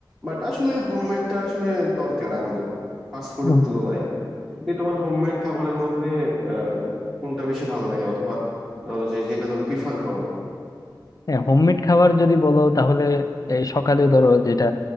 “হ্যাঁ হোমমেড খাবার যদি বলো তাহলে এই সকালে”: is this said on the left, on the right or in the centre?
Left